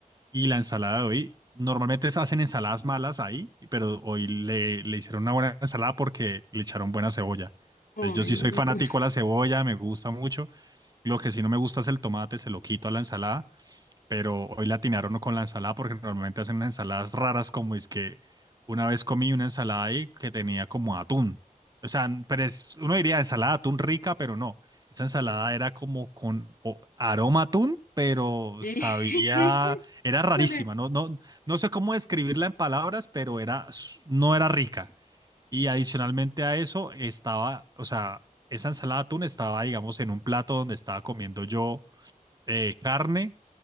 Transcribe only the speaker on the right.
Y la ensalada de hoy, normalmente se hacen ensaladas malas ahí, pero hoy le, le hicieron una buena ensalada porque le echaron buena cebolla. Entonces
yo sí
soy fanático de la cebolla, me gusta mucho. Lo que sí no me gusta es el tomate, se lo quito a la ensalada pero hoy la atinaron no con la ensalada porque normalmente hacen unas ensaladas raras como es que una vez comí una ensalada ahí que tenía como atún. O sea, n- pero es, uno diría ensalada de atún rica, pero no. Esa ensalada era como con o- aroma a atún, pero
sabía, era rarísima.
No, no, no sé cómo describirla en palabras, pero era, s- no era rica. Y adicionalmente a eso estaba, o sea, esa ensalada de atún estaba, digamos, en un plato donde estaba comiendo yo eh, carne